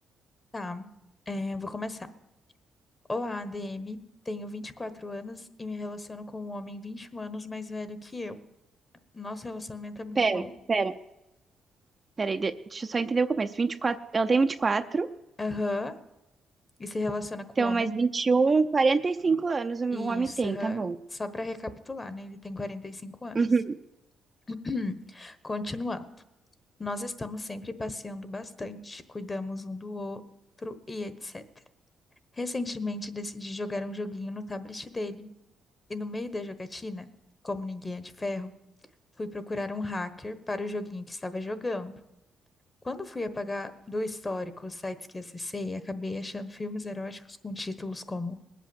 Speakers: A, on the left; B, on the right.
A: Tá, é, eu vou começar. Olá, ADM. Tenho 24 anos e me relaciono com um homem 21 anos mais velho que eu. Nosso relacionamento é muito
B: Pera,
A: bom.
B: pera, pera aí, de- deixa eu só entender o começo. vinte e quatro ela tem vinte e quatro
A: Aham. E se relaciona com
B: então
A: um homem.
B: mais vinte e um quarenta e cinco anos o
A: Isso,
B: homem tem,
A: aham.
B: tá bom.
A: Só para recapitular, né? Ele tem 45 anos.
B: Uhum.
A: <clears throat> Continuando. Nós estamos sempre passeando bastante, cuidamos um do outro e etc. Recentemente decidi jogar um joguinho no tablet dele. E no meio da jogatina, como ninguém é de ferro, fui procurar um hacker para o joguinho que estava jogando. Quando fui apagar do histórico os sites que acessei, acabei achando filmes eróticos com títulos como